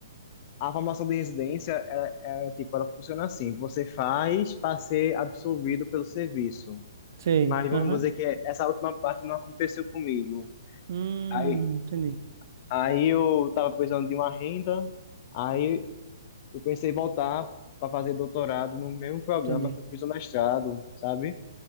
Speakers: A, on the left (about 40°); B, on the right (about 60°).
A: a formação de residência é, é, tipo, ela funciona assim: você faz para ser absorvido pelo serviço.
B: sei.
A: Mas vamos
B: Aham.
A: dizer que essa última parte não aconteceu comigo.
B: Hum,
A: Aí,
B: entendi,
A: aí eu estava precisando de uma renda, aí eu pensei em voltar para fazer doutorado no mesmo programa
B: entendi.
A: que eu fiz o mestrado, sabe?